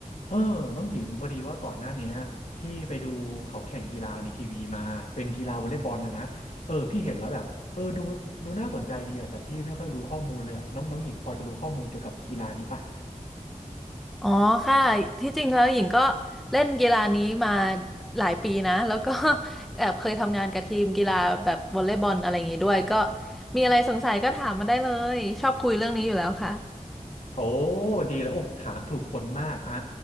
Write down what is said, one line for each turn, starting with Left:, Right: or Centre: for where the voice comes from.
Left: เออน้องหญิงพอดีว่าก่อนหน้าเนี้ยพี่ไปดูเขาแข่งกีฬาในทีวีมาเป็นกีฬาวอลเลย์บอลนะนะเออพี่เห็นแล้วแบบเออดูดูน่าสนใจดีอะแต่พี่ไม่ค่อยรู้ข้อมูลเลยอะน้องน้องหญิงพอจะรู้ข้อมูลเกี่ยวกับกีฬานี้ปะ
Centre: อ๋อค่ะที่จริงแล้วหญิงก็เล่นกีฬานี้มาหลายปีนะแล้วก็ <laughs> แอบเคยทำงานกับทีมกีฬาแบบวอลเลย์บอลอะไรอย่างงี้ด้วยก็มีอะไรสงสัยก็ถามมาได้เลยชอบคุยเรื่องนี้อยู่แล้วค่ะ
Left: โอ้ดีแล้วโอ้ถามถูกคนมากอ่า